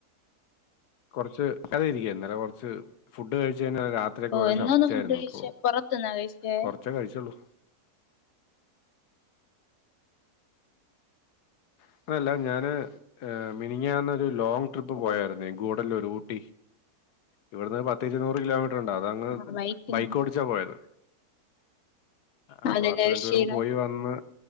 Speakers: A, on the left; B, on the left.
A: കൊറച്ച് അതി ഇരിക്കെ ഇന്നലെ കൊറച്ച് ഫുഡ് കഴിച്ച് കഴിഞ്ഞ രാത് ത്രി
B: ഓ
A: കൊറേ
B: എന്തോന്ന്
A: ശർദ്ദിച്ചായിരുന്നു
B: ഫുഡ് കഴിച്ചേ
A: അപ്പൊ
B: പുറത്തുന്നാ കഴിച്ചേ
A: കൊറച്ചേ കഴിച്ചുള്ളൂ ഇപ്പൊഴല്ല ഞാന് ഏ മിനിഞ്ഞാന്നൊരു ലോങ് ട്രിപ്പ്
B: ഓ
A: പോയാരുന്നേ ഗൂഡല്ലൂര്, ഊട്ടി ഇവിടുന്ന് പത്ത് ഇരുനൂറ് കിലോമീറ്റർ ഉണ്ട് അതങ്ങ്
B: ആഹ് ബൈക്കിലാണ്
A: ബൈക്ക് ഒടി ച്ച പോയത് അപ്പൊ
B: അതിന്റെ
A: അത്രയും
B: ഒരു ക്ഷീണം
A: ദൂരം പോയി വന്ന്